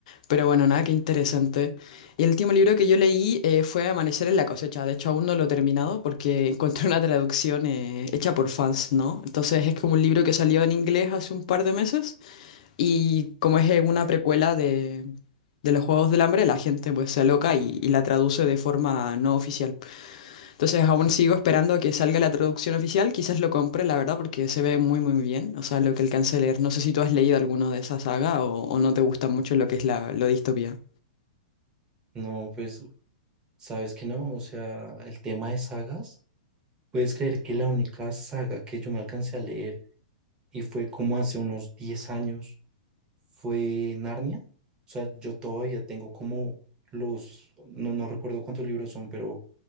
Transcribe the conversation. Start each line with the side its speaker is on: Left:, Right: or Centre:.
Left: Pero bueno, nada, qué interesante. Y el último libro que yo leí eh, fue Amanecer en la cosecha, de hecho aún no lo he terminado porque <laughs> encontré una traducción eh, hecha por fans, ¿no? Entonces es como un libro que salió en inglés hace un par de meses y como es eh, una precuela de, de los Juegos del Hambre, la gente pues se aloca y y la traduce de forma no oficial. Entonces aún sigo esperando a que salga la traducción oficial. Quizás lo compre, la verdad, porque se ve muy, muy bien. O sea, lo que alcancé a leer. No sé si tú has leído alguno de esa saga o, o no te gusta mucho lo que es la, lo de distopía.
Right: No, pues sabes que no, o sea, el tema de sagas, puedes creer que la única saga que yo me alcancé a leer y fue como hace unos diez años fue Narnia. O sea, yo todavía tengo como los, no, no recuerdo cuántos libros son, pero